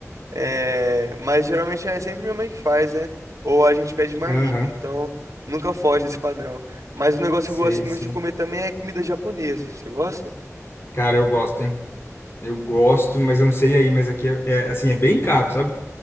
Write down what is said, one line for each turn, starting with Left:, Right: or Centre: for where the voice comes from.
Right: É, mas geralmente é sempre minha mãe que faz, né? Ou a gente pede marmita,
Left: Aham.
Right: então nunca foge desse padrão. Mas um negócio
Left: Sei,
Right: que eu gosto muito
Left: sei.
Right: de comer também é comida japonesa. Você gosta?
Left: Cara, eu gosto, hein? Eu gosto, mas eu não sei aí, mas aqui é, é, assim, é bem caro, sabe?